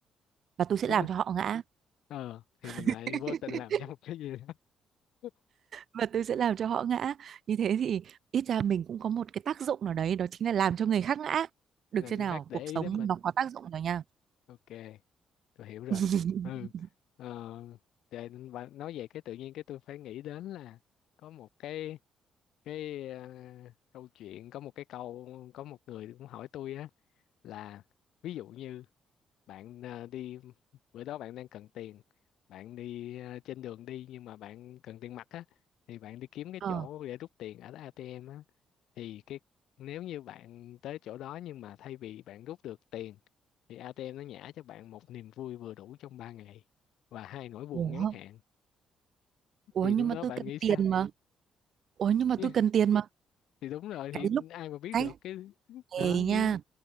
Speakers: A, on the right (about 60°); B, on the left (about 80°).
A: và tôi sẽ
B: lúc
A: làm
B: đó-
A: cho họ ngã.
B: ờ thì mình
A: <laughs>
B: lại vô tình làm cho một cái gì đó <laughs>
A: Và tôi sẽ làm cho họ ngã. Như thế thì ít ra mình cũng có một cái tác dụng nào đấy đó chính là làm cho người khác ngã. Được
B: làm
A: chưa
B: cho
A: nào?
B: khác để
A: Cuộc
B: ý
A: sống
B: đến mình
A: nó có tác dụng rồi nha.
B: ok tôi hiểu rồi
A: <laughs>
B: ừ ờ để và nói về cái tự nhiên cái tôi phải nghĩ đến là có một cái cái ờ, câu chuyện có một cái câu có một người cũng hỏi tôi á là ví dụ như bạn ờ, đi bữa đó bạn đang cần tiền bạn đi ờ, trên đường đi nhưng mà bạn cần tiền mặt á thì bạn đi kiếm cái
A: Ờ.
B: chỗ để rút tiền ở ATM á thì cái nếu như bạn tới chỗ đó nhưng mà thay vì bạn rút được tiền thì ATM nó nhả cho bạn một niềm vui vừa đủ trong 3 ngày và hai nỗi buồn
A: Ủa,
B: ngắn hạn
A: ủa
B: thì
A: nhưng
B: lúc
A: mà
B: đó
A: tôi
B: bạn
A: cần
B: nghĩ sao
A: tiền mà. Ủa nhưng mà
B: <laughs>
A: tôi cần tiền mà.
B: thì đúng rồi thì
A: Cái lúc
B: ai mà biết
A: cái
B: được cái đó
A: Ê nha
B: chứ